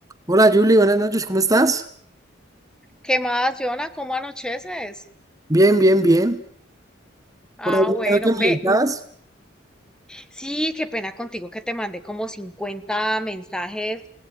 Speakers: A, on the right; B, in the centre.
A: Hola Julie, buenas noches, ¿cómo estás?
B: ¿Qué más, Jonah? ¿Cómo anocheces?
A: Bien, bien, bien.
B: Ah,
A: Por ahí
B: bueno,
A: creo que me
B: ve,
A: necesitas.
B: sí, qué pena contigo que te mandé como 50 mensajes